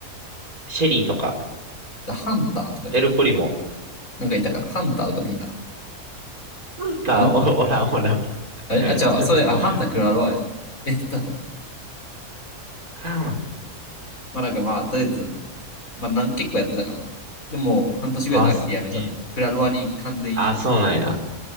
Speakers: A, on the right (about 80°); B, on the left (about 65°).
A: シェリーとか、
B: だハンターとかやったから、
A: エルプリも。
B: なんかいたかなハンターとかっていた
A: なんか、
B: ん
A: お、おらん、おらん。
B: あれあ、
A: <laughs>
B: 違うわ。それ、あ、ハンタークラロワやわ。えっと、
A: あ
B: まあなんかまあ、とりあえず、まあなん、結構やってたかな。でも、半年ぐらいで飽きてやめちゃった。
A: あ、そうん。
B: クラロワに完全移行した。
A: あ、そうなんや。